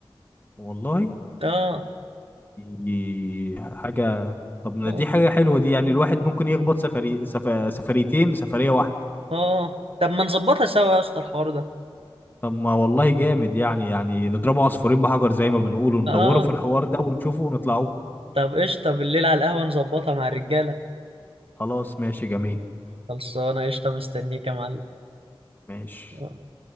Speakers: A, on the left; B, on the right.
A: والله
B: اه
A: دي حاجه طب ما
B: اه
A: دي حاجه حلوه دي يعني الواحد ممكن يخبط سفري سف... سفريتين بسفريه واحده
B: اه طب ما نظبطها سوا يا اسطى الحوار ده
A: طب ما والله جامد يعني يعني نضربه عصفورين بحجر زي ما بنقول وندوره
B: اه
A: في الحوار ده ونشوفه ونطلعوه
B: طب قشطة بالليل على القهوة نظبطها مع الرجالة
A: خلاص ماشي جميل
B: خلصانة قشطة مستنيك يا معلم
A: ماشي
B: آه.